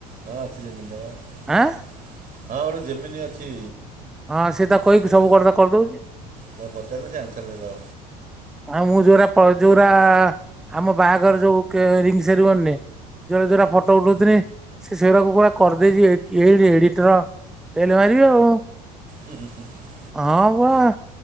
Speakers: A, on the right; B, in the centre.
A: ହଁ ଅସି ଯେ ମିିଲ <unintelligible>
B: ଆଁ
A: ହଁ, ଗୋଟେ ଜିମିନି ଅଛି।
B: ହଁ ସେ ତାକୁ କହିକି
A: ଏଟ
B: ସବୁ କଥା କରିଦଉଛି।
A: ତାକୁ ପଚାରିଲେ ସେ ଆନସର ଦେଇଦେବ।
B: ଆଉ ମୁଁ ଯୋଉଗୁରା, ଯୋଉଗୁରା ଆମ ବାହାଘର ସବୁ କେ ରିଙ୍ଗ ସେରିମନିରେ ଯୋଉଗୁରା, ଯୋଉଗୁରା ଫଟୋ ଉଠଉଥିଲି, ସେ ସେଇଗୁରାକୁ ପୁରା କରିଦେଇଛି, ଏ ଏଡିଟର ଫେଲ ମାରିବେ ଆଉ।
A: ହୁଁ, ହୁଁ <unintelligible>
B: ହଁ, ପରା।